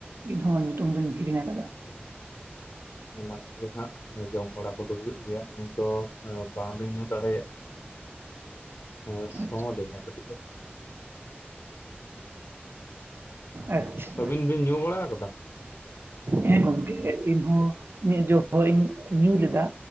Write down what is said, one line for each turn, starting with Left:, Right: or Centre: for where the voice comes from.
Right: ᱤᱧᱦᱚᱸ ᱧᱩᱛᱩᱢ ᱫᱚᱧ ᱦᱤᱲᱤᱧ ᱟᱠᱟᱫᱟ ᱾
Left: <inaudible> ᱚᱱᱟ ᱠᱚᱜᱮ ᱦᱟᱸᱜ ᱡᱚᱢ ᱵᱟᱲᱟ ᱠᱚᱫᱚ ᱦᱩᱭᱩᱜ ᱜᱮᱭᱟ, ᱧᱩ ᱫᱚ ᱵᱟᱝ ᱞᱤᱧ ᱧᱩ ᱫᱟᱲᱮᱭᱟᱜᱼᱟ᱾ <inaudible> ᱦᱮᱸ ᱥᱚ
Right: ᱟᱪᱪᱷᱟ
Left: ᱞᱤᱧᱟ ᱠᱟᱴᱤᱡ ᱫᱚ,
Right: <inaudible> ᱟᱪᱪᱷᱟ᱾
Left: ᱟᱹᱵᱤᱱ ᱵᱤᱱ ᱧᱩ ᱵᱟᱲᱟ ᱟᱠᱟᱫᱟ
Right: ᱦᱮᱸ ᱜᱚᱝᱠᱮ ᱤᱧᱦᱚᱸ ᱢᱤᱫ ᱡᱚᱠᱷᱚᱡ ᱤᱧ ᱧᱩ ᱞᱮᱫᱟ᱾